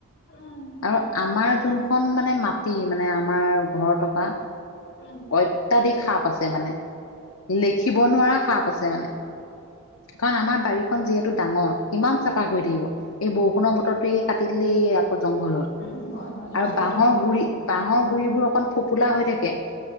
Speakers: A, on the left; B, on the left.
A: উম
B: আৰু আমাৰ যোনখন মানে মাটি, মানে আমাৰ ঘৰ থকা।
A: উম
B: অত্যাধিক সাপ আছে মানে, লেখিব নোৱাৰা সাপ আছে মানে, কাৰণ আমাৰ বাৰীখন যিহেতু ডাঙৰ কিমান চাফা কৰি থাকিব। এই বৰষুণৰ বতৰটোৱে কাটি দিলে আকৌ জংঘল হ'ল,
A: উম হয় হয় সেইটো
B: আৰু
A: চবতে
B: বাহৰ
A: হয়
B: গুৰি বাহৰ গুৰিবোৰ অকন ফোপোলা হৈ থাকে,